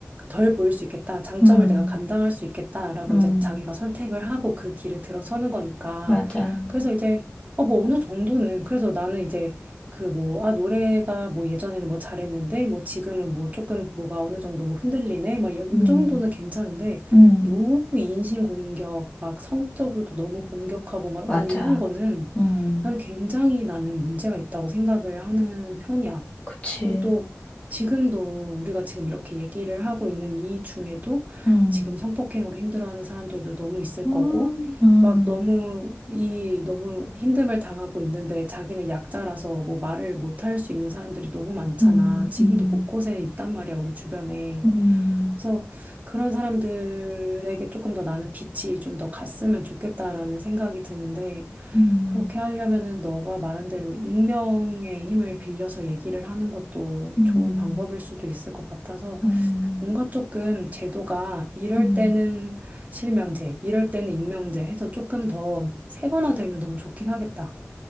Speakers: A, on the right; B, on the left.
A: 덜 보일 수 있겠다, 장점을
B: 음.
A: 내가 감당할 수 있겠다라고
B: 음,
A: 이제 자기가 선택을 하고 그 길을 들어서는 거니까.
B: 맞아.
A: 그래서 이제, 어, 뭐 어느 정도는, 그래서 나는 이제 그 뭐, 아, 노래가 뭐 예전에는 뭐 잘했는데, 뭐 지금은 뭐 조금 뭐가 어느 정도 뭐 흔들리네, 막 요
B: 음,
A: 정도는 괜찮은데,
B: 음,
A: 너무 인신공격, 막 성적으로도 너무 공격하고 막,
B: 맞아.
A: 아, 이런 거는
B: 음,
A: 나는 굉장히 나는 문제가 있다고 생각을 하는 편이야.
B: 그치.
A: 그리고 또 지금도 우리가 지금 이렇게 얘기를 하고 있는 이 중에도
B: 음,
A: 지금 성폭행으로 힘들어하는 사람들도 너무 있을
B: 음,
A: 거고,
B: 음,
A: 막 너무 이 너무 힘듦을 당하고 있는데 자기는 약자라서 뭐 말을 못할 수 있는 사람들이 너무 많잖아.
B: 음,
A: 지금도
B: 음,
A: 곳곳에 있단 말이야, 우리 주변에.
B: 음,
A: 그래서 그런 사람들에게 조금 더 나는 빛이 좀 더 갔으면 좋겠다라는 생각이 드는데,
B: 음,
A: 그렇게 하려면은 너가 말한 대로 익명의 힘을 빌려서 얘기를 하는 것도
B: 음,
A: 좋은 방법일 수도 있을 것 같아서
B: 음,
A: 뭔가 조금 제도가 이럴
B: 음.
A: 때는 실명제, 이럴 때는 익명제 해서 조금 더 세분화되면 너무 좋긴 하겠다.